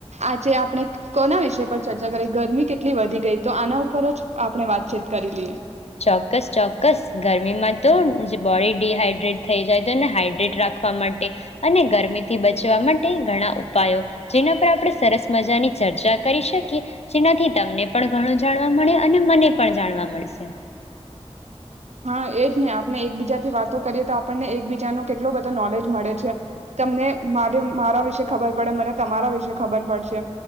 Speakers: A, on the right; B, on the left.
A: આજે આપણે કોના વિષય પર ચર્ચા કરીએ? ગરમી કેટલી વધી ગઈ તો આના ઉપર જ આપણે વાતચીત કરી લઈએ.
B: ચોક્કસ ચોક્કસ ગરમીમાં તો બોડી ડીહાઈડ્રેટ થઈ જાય તો એને હાઈડ્રેટ રાખવા માટે અને ગરમીથી બચવા માટે ઘણા ઉપાયો જેના પર આપણે સરસ મજાની ચર્ચા કરી શકીએ જેનાથી તમને પણ ઘણું જાણવા મળે અને મને પણ જાણવા મળશે.
A: હા એજને આપણે એકબીજાથી વાતો કરીએ તો આપણને એકબીજાનો કેટલો બધો નોલેજ મળે છે તમને મારે મારા વિશે ખબર પડે મને તમારા વિશે ખબર પડશે